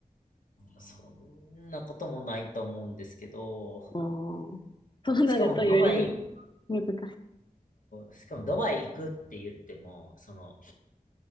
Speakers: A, on the left (about 65°); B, on the left (about 30°).
A: そんなこともないと思うんですけど、
B: ああー。そうなるとより
A: しかもドバイ、
B: 難しい。
A: しかもドバイ行くって言っても、その、